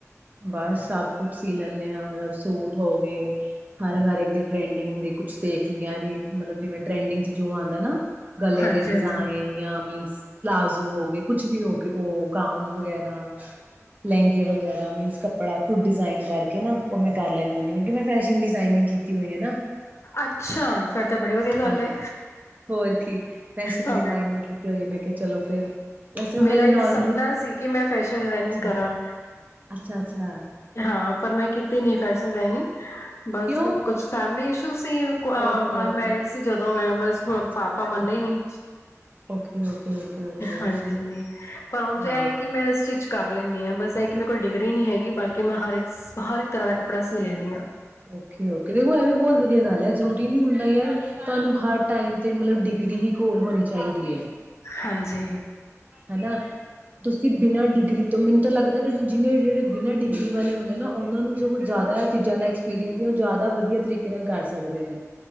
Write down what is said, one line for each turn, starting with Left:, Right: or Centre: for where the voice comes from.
Right: ਬਸ ਸਭ ਕੁਛ ਸੀ ਲੈਂਦੇ ਆ ਮਤਲਬ ਸੂਟ ਹੋ ਗਏ ਹਰ-ਹਰ ਇੱਕ ਦੇ ਟ੍ਰੈਂਡਿੰਗ ਦੇ ਕੁਛ ਦੇਖ ਲਿਆ ਮਤਲਬ ਜਿਵੇਂ ਟ੍ਰੈਂਡਿੰਗ ਚ ਜੋ ਆਦਾ ਨਾ ਗਲੇ
Left: ਹਾਂਜੀ
Right: ਦੇ ਡਿਜ਼ਾਇਨ
Left: ਹਾਂਜੀ
Right: ਜਾਂ ਮੀਨਜ ਪਲਾਜ਼ੋ ਹੋ ਗਏ, ਕੁਛ ਵੀ ਹੋ ਗਏ ਉਹ ਗਾਊਨ ਵਗੈਰਾ ਲਹਿੰਗੇ ਵਗੈਰਾ ਮੀਨਸ ਕੱਪੜਾ ਖੁਦ ਡਿਜ਼ਨ ਕਰਕੇ ਨਾ ਉਹ ਮੈਂ ਕਰ ਲੈਨੀ ਹੁੰਨੀ ਆ ਕਿਉਕਿ ਮੈਂ ਫੈਸ਼ਨ ਡਿਜ਼ਨਿੰਗ ਕੀਤੀ ਹੋਈ ਨਾ,
Left: ਅੱਛਾ, ਫੇਰ ਤਾਂ ਬੜੀ ਵਧੀਆ ਗੱਲ
Right: ਹਾਂਜੀ
Left: ਐ
Right: ਹੋਰ ਕੀ ਫੈਸ਼ਨ
Left: ਹਾਂ
Right: ਡਿਜ਼ਾਇਨਿੰਗ ਕੀਤੀ ਹੋਈ ਮੈਂ ਕਿਹਾ ਚਲੋ ਫਿਰ ਵੈਸੇ ਮੈਂ
Left: ਮੇਰਾ
Right: ਪਹਿਲੇ ਨੋਰਮਲੀ
Left: ਇੱਕ ਸਪਨਾ ਸੀ, ਕਿ ਮੈਂ ਫੈਸ਼ਨ ਡਿਜ਼ਾਇਨਿੰਗ
Right: ਅੱਛਾ
Left: ਕਰਾਂ
Right: ਅੱਛਾ ਅੱਛਾ
Left: ਹਾਂ। ਪਰ ਮੈਂ ਕੀਤੀ ਨੀ ਫੈਸ਼ਨ ਡਿਨਿੰਗ ਬਸ
Right: ਕਿਉਂ
Left: ਕੁੱਛ family issue
Right: okay okay
Left: unmarried ਸੀ ਜਦੋਂ ਮੈਂ ਬਸ
Right: ਅੱਛਾ
Left: ਪਾਪਾ
Right: ਅੱਛਾ
Left: ਮੰਨੇ ਨੀ,
Right: ਓਕੇ ਓਕੇ ਓਕੇ ਓਕੇ
Left: ਹਾਂਜੀ ਪਰ ਉਝ
Right: ਹਾਂ
Left: ਇਹ ਕਿ ਮੈਂ ਸਟਿਚ ਕਰ ਲੈਨੀ ਆ ਬਸ ਇਕ ਮੇ ਕੋਲ ਡਿਗਰੀ ਨੀ ਨਹੀਂ ਹੈਗੀ ਬਾਕੀ ਕਿ ਮੈਂ ਹਰ ਇੱਕ ਹਰ ਇੱਕ ਤਰ੍ਹਾਂ ਦਾ ਕੱਪੜਾ ਸੀ ਲੈਨੀ ਆ।
Right: ਓਕੇ-ਓਕੇ, ਦੇਖੋ ਇਹ ਵੀ ਬਹੁਤ ਵਧੀਆ ਗੱਲ ਹੈ ਜ਼ਰੂਰੀ ਨੀ ਹੁੰਦਾ ਯਾਰ ਤੁਹਾਨੂੰ ਹਰ ਟਾਈਮ ਫ ਮਲਬ ਡਿਗਰੀ ਹੀ ਕੋਲ ਹੋਣੀ ਚ ਚਾਹੀਦੀ ਐ।
Left: ਹਾਂਜੀ,
Right: ਹਨਾ ਤੁਸੀਂ ਬਿਨਾਂ ਡਿਗਰੀ ਤੋਂ ਮੈਨੂੰ ਤਾਂ ਲੱਗਦਾ ਨਾ ਜਿੰਨੇ ਜਿਹੜੇ ਬਿਨਾਂ ਡਿਗਰੀ ਵਾਲੇ ਹੁੰਦੇ ਨਾ ਉਹਨਾਂ ਨੂੰ ਜੋ ਕੁਝ ਜ਼ਿਆਦਾ ਚੀਜ਼ਾਂ ਦਾ ਐਕਸਪੀਰੀਅੰਸ ਏਨੂੰ ਜ਼ਿਆਦਾ ਵਧੀਆ ਤਰੀਕੇ ਕਿਵੇਂ ਕਰ ਸਕਦੇ ਨੇ